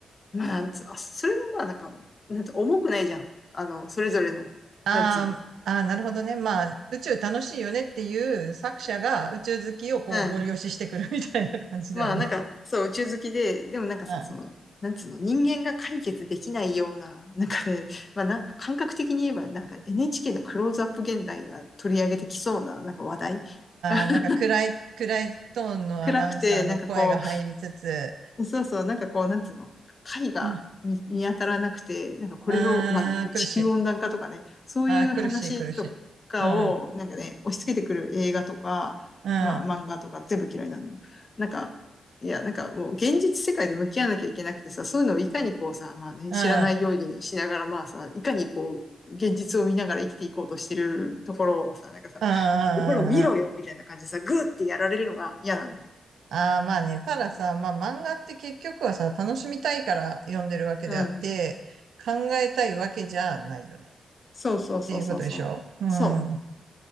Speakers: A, on the left (about 35°); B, on the right (about 85°).
A: まあ、なんつう、あ、それもまあなんか、なんつう、重くないじゃん。あの、それぞれの、
B: あーあー、
A: なんつうの。
B: なるほどね。まあ、宇宙楽しいよねっていう作者が宇宙好きをこうご利用ししてくる
A: うん。
B: <laughs> みたいな感じだよね。
A: まあなんか、そう、宇宙好きで、でもなんかさ、
B: うん。あ
A: その、なんつうの、人間が解決できないような、なんかね、まあなんか感覚的に言えば、なんか NHK のクローズアップ現代が取り上げてきそうな、なんか話題。<laughs>
B: あ、なんか暗い、暗いトーンのアナウンサーの声が入りつつ、
A: 暗くて、なんかこう、そうそう、なんかこう、なんつうの、貝が見、
B: あ
A: 見当たらなくて、なんかこれを、
B: あー、
A: まあ、
B: 苦しい。
A: 地球温暖化とかね、そういう話とかを、
B: ああ、苦しい、苦しい。うん、
A: なんかね、押し付けてくる映画とか、
B: うん。
A: まあ、漫画とか全部嫌いなのよ。なんか、いや、なんかもう現実世界で向き合わなきゃいけなくてさ、そういうのをいかにこうさ、まあね、
B: うん。
A: 知らないようにしながら、
B: うん
A: まあさ、いかにこう、現実を見ながら生きていこうとしてるところをさ、なんかさ、
B: うんうんうん
A: ほら見ろよみたいな感じでさ、グーってやられるのが嫌なのよ。
B: ああ、まあね。たださ、まあ漫画って結局はさ、楽しみたいから読んでるわけであって、
A: うん。
B: 考えたいわけじゃないよね。
A: そうそうそうそうそう。
B: っていうことでしょうん。
A: そう。
B: うん。